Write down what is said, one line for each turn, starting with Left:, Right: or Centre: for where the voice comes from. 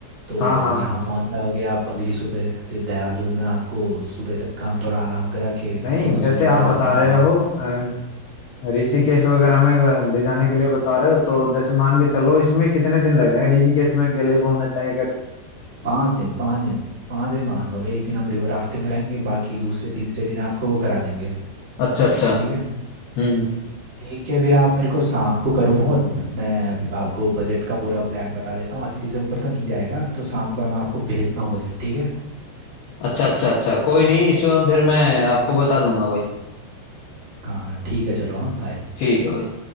Right: तो
Left: हाँ हाँ
Right: यहाँ पहुँच जाओगे आप अगली सुबह फिर देहरादून में आपको सुबह तक काम थोड़ा आराम करा के
Left: नहीं
Right: सीधे
Left: जैसे
Right: मसूरी
Left: आप
Right: वगैरह
Left: बता
Right: घुमाने
Left: रहे
Right: ले जाए
Left: हो अं, ऋषिकेश वगैरह में अ, ले जाने के लिए बता रहे हो तो जैसे मान के चलो इसमें कितने दिन लग जाएंगे ऋषिकेश में अकेले घूमना चाहिए अगर
Right: पाँच दिन पाँच दिन पाँच दिन मान लो एक दिन हम रिवर राफ्टिंग कराएंगे बाकी दूसरे तीसरे दिन आपको वो करा देंगे
Left: अच्छा अच्छा
Right: ठीक है
Left: हम्म
Right: ठीक है फिर आप मेरे को शाम को करो फ़ोन मैं अभी आपको बजट का पूरा प्लान बता देता हूँ अस्सी से ऊपर तो नहीं जाएगा तो शाम को मैं आपको भेजता हूँ बजट ठीक है
Left: अच्छा अच्छा अच्छा कोई नहीं इस फिर मैं आपको बता दूंगा भाई
Right: हाँ ठीक है चलो हाँ बाय
Left: ठीक है भाई